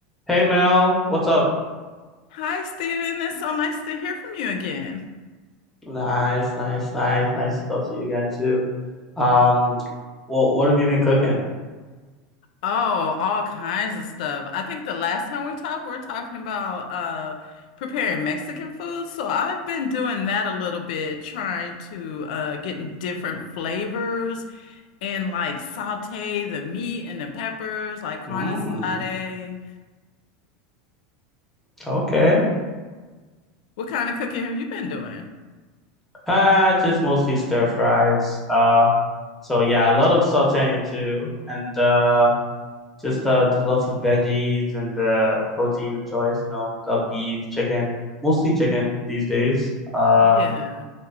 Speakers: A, in the centre; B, on the left.
A: Hey Mel, what's up?
B: Hi, Steven. It's so nice to hear from you again.
A: Nice, nice, nice, nice to talk to you again too. Um, what what have you been cooking?
B: Oh, all kinds of stuff. I think the last time we talked, we were talking about uh preparing Mexican food. So I've been doing that a little bit, trying to uh getting different flavors and like saute the meat and the peppers, like carne
A: Mm,
B: asada.
A: okay.
B: What kind of cooking have you been doing?
A: Uh, just mostly stir fries. Uh, so yeah, a lot of sauteing too, and uh, just uh, lots of veggies and uh, protein of choice. You know, got beef, chicken, mostly chicken these days. Uh,
B: Yeah.